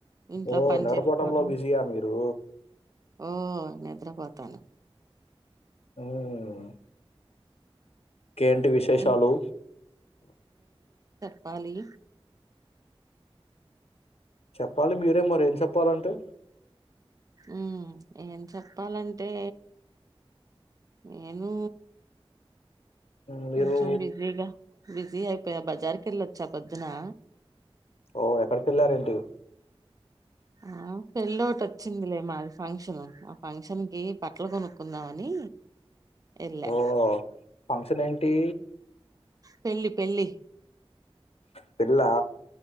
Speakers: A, on the right; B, on the left.
A: ఇంట్లో
B: ఓ
A: పని
B: నిద్రపోవటంలో
A: చేసుకోవటం
B: బిజీయా మీరు
A: ఓ నిద్రపోతాను
B: ఉమ్. ఇంకేంటి విశేషాలు
A: ఇం ఖాళీ
B: చెప్పాలి మీరే మరి ఏం చెప్పాలంటే
A: ఉ ఏం చెప్పాలంటే నేను
B: ఉమ్,
A: కొంచెం
B: మీరు
A: బిజీగా బిజీ అయిపోయా బజార్ కె ళ్ళొచ్చ పొద్దునా
B: ఓ ఎక్కడికి వెళ్ళారేంటి
A: ఆ పెళ్ళోటి వచ్చిందిలే మాది ఫం ఫక్షన్ ఆ ఫంక్షన్ కి బట్లు కొనుక్కుందామని ఎళ్యా
B: ఓ ఫంక్షన్ ఏంటి
A: పెళ్లి పెళ్లి
B: పెల్లా